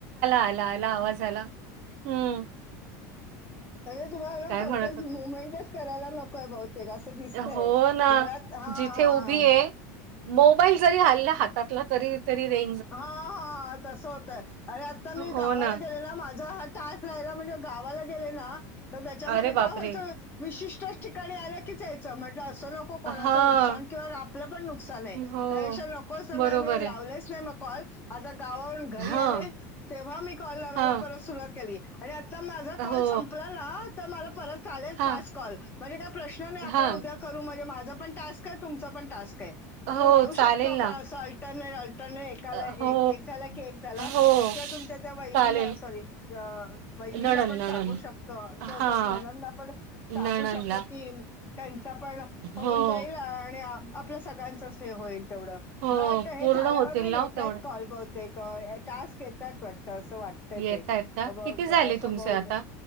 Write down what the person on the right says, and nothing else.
आला, आला. आवाज आला. हम्म.
काय
म्हणत होते?
हो ना.
जिथे
उभी आहे, मोबाईल जरी हला हातातला. तरी तरी रें
हो
ना.
अरे
बापरे!
हां.
हो.
बरोबर
आहे.
हां,
हां.
हो.
हां,
हां.
हो,
चालेल
ना.
अ,
हो,
हो.
चालेल.
नणंद,
नणंद.
हां,
नणंदला.
हो.
हो,
पूर्ण
होतील
ना हो तेवढे.
येतायत
का?
किती झाले
तुमचे
आता?